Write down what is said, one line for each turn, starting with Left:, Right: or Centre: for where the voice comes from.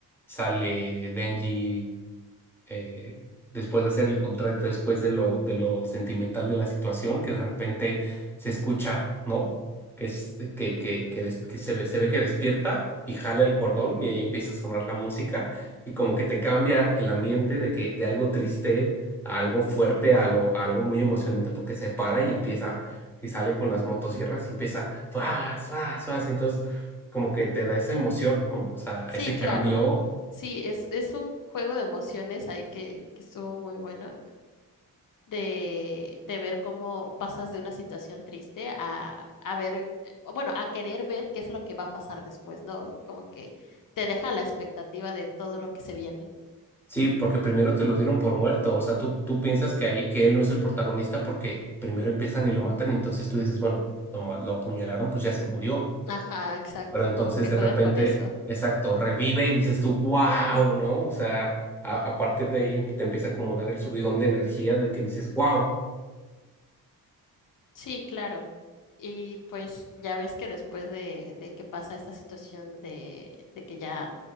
Centre: sale Denji. eh, después de hacer el contrato, después de lo, de lo sentimental de la situación, que de repente se escucha, ¿no? Que, es, que, que, que, des- que se ve, se ve que despierta y jala el cordón y ahí empieza a sonar la música y como que te cambia el ambiente de que de algo triste a algo fuerte, a, lo, a algo muy emocionante porque se para y empieza y sale con las motosierras y empieza, ¡fas, fas, fas! Entonces como que te da esa emoción, ¿no? O sea,
Left: Sí,
Centre: ese
Left: claro.
Centre: cambio
Left: Sí, es, es un juego de emociones ahí que, que estuvo muy bueno. De, de ver cómo pasas de una situación triste a, a ver, eh, o bueno, a querer ver qué es lo que va a pasar después, ¿no? Como que te deja la expectativa de todo lo que se viene.
Centre: Sí, porque primero te lo dieron por muerto, o sea, tú, tú piensas que, ahí, que él no es el protagonista porque primero empiezan y lo matan, y entonces tú dices, bueno, lo, ma- lo apuñalaron, pues ya se murió,
Left: Ajá, exacto,
Centre: pero entonces
Left: como que juegan
Centre: de repente,
Left: con eso.
Centre: exacto, revive y dices tú, wow, ¿no? O sea, a, a partir de ahí em- te empieza como a dar el subidón de energía de que dices, wow,
Left: Sí, claro. Y pues ya ves que después de, de que pasa esta situación de, de que ya